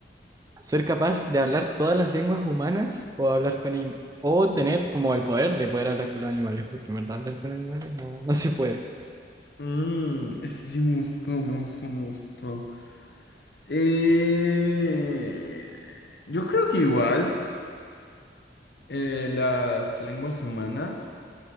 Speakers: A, on the right; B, on the left.
A: Ser capaz de hablar todas las lenguas humanas o hablar con animales. O tener como el poder de poder hablar con los animales, porque en verdad hablar con animales no, no se puede.
B: Mmm, ese sí me gustó, me gustó, me gustó. Eh, yo creo que igual eh, las lenguas humanas.